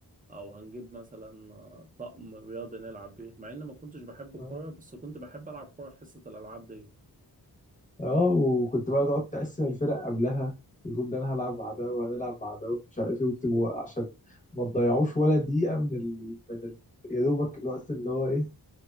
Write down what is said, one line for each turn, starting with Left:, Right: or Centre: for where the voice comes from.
Right: او هنجيب مثلا آه، طقم رياضي نلعب بيه مع ان ما كنتش بحب الكوره
Left: اه
Right: بس كنت بحب العب كوره في حصه الالعاب دي
Left: آه، وكنت بقى تقعد تقسم الفرق قبلها وتقول ده انا هلعب مع ده وهنلعب مع ده ومش عارف ايه وبتبقوا عشان ما تضيعوش ولا دقيقه من ال... من ال... يا دوبك الوقت اللي هو ايه